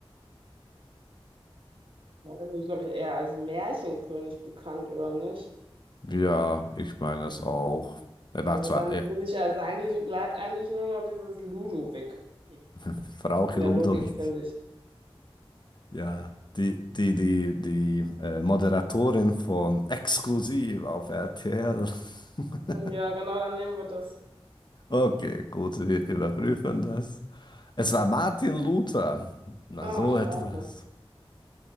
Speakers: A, on the right; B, on the left.
A: weiß nicht, glaube ich, eher als Märchenkönig bekannt, oder nicht?
B: Ja, ich meine es auch. Er
A: Also
B: war zwar
A: dann
B: äh,
A: würde ich also eigentlich, bleibt eigentlich nur noch dieses Ludwig in
B: <laughs> Frauke
A: der
B: Ludwig,
A: Logik, finde ich.
B: ja, die, die, die, die äh, Moderatorin von Exklusiv auf RTL. <laughs>
A: Ja, genau, dann nehmen wir das.
B: Okay, gut, wir überprüfen das. Es war Martin Luther. Na,
A: Ah,
B: so
A: scheiße.
B: etwas.